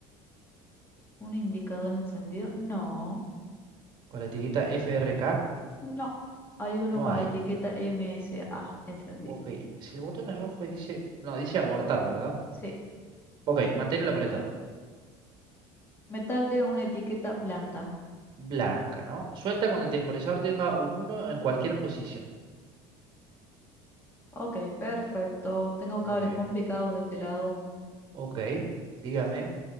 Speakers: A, on the left; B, on the right.
A: ¿Un indicador encendido? No.
B: Con la etiqueta FRK
A: No, hay uno
B: no
A: con
B: hay.
A: la etiqueta MSA encendido.
B: Ok, si el botón es rojo y dice... No, dice abortar, ¿verdad?
A: Sí,
B: Ok, manténlo apretado.
A: metal de una etiqueta blanca.
B: Blanca, ¿no? Suelta cuando el temporizador tenga un uno en cualquier posición.
A: Ok, perfecto. Tengo
B: Muy
A: cables
B: bien.
A: complicados de este lado.
B: Ok, dígame.